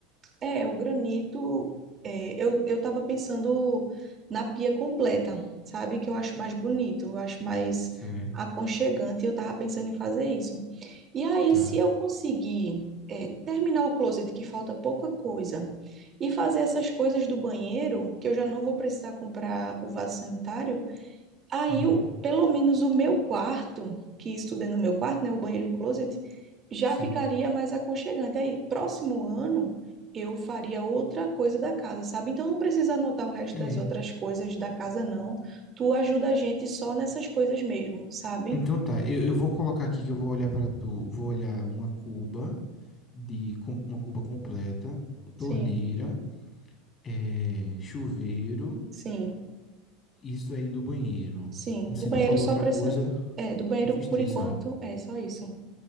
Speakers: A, on the right; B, on the left.
A: É, o granito, é, eu, eu tava pensando na pia completa, sabe? Que eu acho mais bonito, eu acho mais
B: Sei,
A: aconchegante, e eu tava pensando em fazer isso. E aí,
B: tá.
A: se eu conseguir, é, terminar o closet, que falta pouca coisa, e fazer essas coisas do banheiro, que eu já não vou precisar comprar o vaso sanitário, Aí,
B: Uhum,
A: o- pelo menos o meu quarto, que estudei no meu quarto, né, o banheiro e o closet, já
B: sim,
A: ficaria mais aconchegante. Aí, próximo ano, eu faria outra coisa da casa, sabe? Então, não precisa anotar o resto
B: entendi.
A: das outras coisas da casa, não. Tu ajuda a gente só nessas coisas mesmo, sabe?
B: Então tá, eu, eu vou colocar aqui que eu vou olhar para tu, vou olhar uma cuba de com- uma cuba completa,
A: Sim,
B: torneira, eh, chuveiro,
A: sim,
B: isso aí do banheiro.
A: sim.
B: Eu não
A: Do
B: sei se
A: banheiro
B: tu falou
A: só
B: outra
A: precisa.
B: coisa,
A: É, do banheiro,
B: esses
A: por
B: três
A: enquanto,
B: só.
A: é só isso.